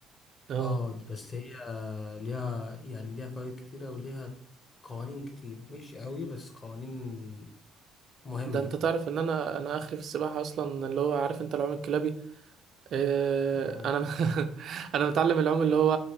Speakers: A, on the right; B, on the left.
A: اه
B: اه بس هي ليها يعني ليها فوائد كتيره وليها قوانين كتير مش قوي بس قوانين مهمه
A: ده انت تعرف ان انا انا اخري في السباحة اصلا اللي هو عارف انت العوم الكلابي آه،
B: آه،
A: انا <laughs> انا متعلم العوم اللي هو